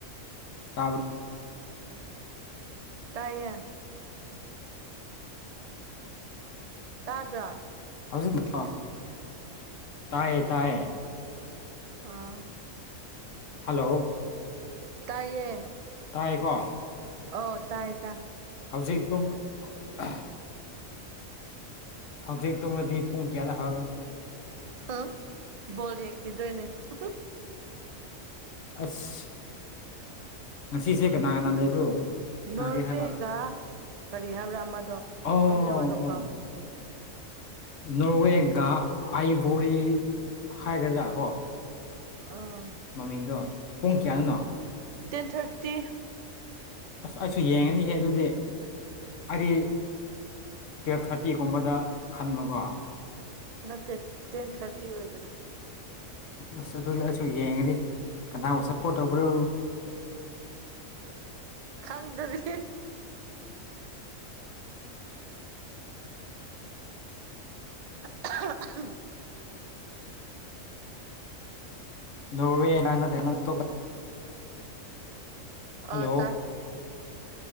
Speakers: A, on the left (about 70°); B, on the right (about 55°).
A: ꯇꯥꯕꯔ꯭
B: ꯇꯥꯏꯌꯦ ꯇꯥꯗꯔ꯭ꫭ
A: ꯍꯧꯖꯤꯛꯀꯤ ꯀꫭ ꯇꯥꯏꯌꯦ ꯇꯥꯏꯌꯦ
B: ꯑꯥ
A: ꯍꯜꯂꯣ
B: ꯇꯥꯏꯌꯦ
A: ꯇꯥꯏꯌꯦꯀꯣ
B: ꯑꯣ ꯇꯥꯏ ꯇꯥꯏ
A: ꯍꯧꯖꯤꯛ ꯇꯨꯝ ꯑꯍ ꯍꯧꯖꯤꯛ ꯇꯨꯝꯔꯗꯤ ꯄꯨꯡ ꯀꯌꯥꯗ <unintelligible>
B: ꯍꯑ ꯕꯣꯜ ꯌꯦꯡꯈꯤꯗꯣꯏꯅꯦ ꯑꯍ
A: ꯑꯁ ꯉꯁꯤꯁꯦ ꯀꯅꯥ ꯀꯅꯥ ꯂꯩꯕ꯭ꯔꯣ ꯁꯅꯥꯒꯦ
B: ꯅꯣꯔꯋꯦꯒ
A: ꯍꯥꯏꯕ
B: ꯀꯔꯤ ꯍꯥꯏꯕ꯭ꯔꯥ ꯑꯃꯗꯣ
A: ꯑꯣ
B: ꯃꯃꯤꯡ ꯑꯃꯗꯣ
A: ꯑꯣ
B: ꯀꯥꯎꯔꯦ
A: ꯅꯣꯔꯋꯦꯒ ꯑꯥꯏꯚꯣꯔꯤ ꯍꯥꯏꯒꯗ꯭ꯔꯥ ꯀꯣ
B: ꯑꯥ
A: ꯃꯃꯤꯡꯗꯣ ꯄꯨꯡ ꯀꯌꯥꯅꯣ
B: ꯇꯦꯟ ꯊꯥꯔꯇꯤ
A: ꯑꯁ ꯑꯩꯁꯨ ꯌꯦꯡꯉꯅꯤꯍꯦ ꯑꯗꯨꯗꯤ ꯑꯩꯗꯤ ꯇꯨꯌꯦꯜꯞ ꯊꯥꯔꯇꯤꯒꯨꯝꯕꯗ ꯈꯟꯕꯀꯣ
B: ꯅꯠꯇꯦ ꯇꯦꯟ ꯊꯥꯔꯇꯤ ꯑꯣꯏꯕꯅꯦ꯫
A: ꯑꯁ ꯑꯗꯨꯗꯤ ꯑꯩꯁꯨ ꯌꯦꯡꯉꯅꯤ ꯀꯅꯥꯕꯨ ꯁꯞꯄꯣꯔꯠ ꯇꯧꯕ꯭ꯔꯣ
B: ꯈꯪꯗꯔꯤ <unintelligible>
A: ꯅꯣꯔꯋꯥ <unintelligible>
B: ꯑ
A: ꯍꯜꯂꯣ
B: ꯇꯥꯏ